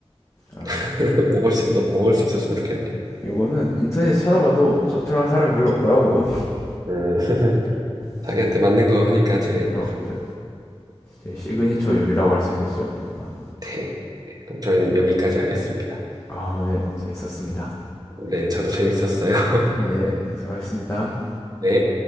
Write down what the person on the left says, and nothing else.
아,
이거는 인터넷에 찾아봐도 저처럼 한 사람이 별로 없더라고요. <laughs>
사실
어, 저- 제 시그니처 요리라고 할 수 있겠죠? 아마.
아, 네, 재밌었습니다.
네, 수고하셨습니다.